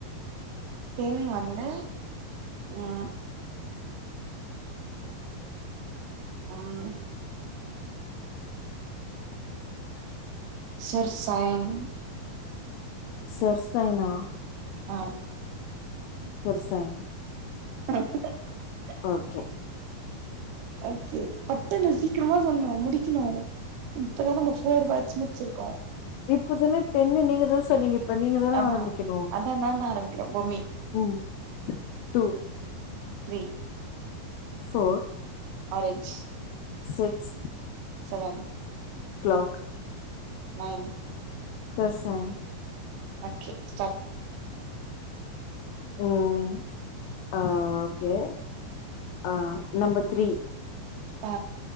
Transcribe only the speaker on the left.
சர்ஸாயனா?
சர்ஸாயன்
ஓகே
இப்பதான டென்னு நீங்கதா சொன்னீங்க அப்ப நீங்கதான
ஆரம்பிக்கணு
ம் two
four
six
clock
சர்ஸாய்
ம் ஆ ஓகே ஆ நம்பர் த்ரீ